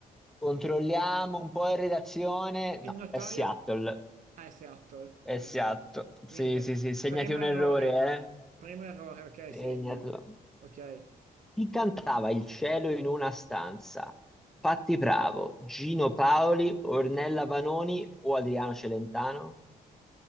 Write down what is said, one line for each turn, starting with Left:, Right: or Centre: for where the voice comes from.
Centre: Controlliamo un po' in redazione. No,
Right: Il notaio...
Centre: è Seattle.
Right: Ah, è Seattle.
Centre: È
Right: Ah,
Centre: Seattle.
Right: niente. Niente.
Centre: Sì, sì, sì, segnati
Right: Primo
Centre: un
Right: errore.
Centre: errore,
Right: Primo errore, ok,
Centre: eh?
Right: segno.
Centre: Segnatelo.
Right: Ok.
Centre: Chi cantava Il cielo in una stanza? Patti Bravo, Gino Paoli, Ornella Vanoni o Adriano Celentano?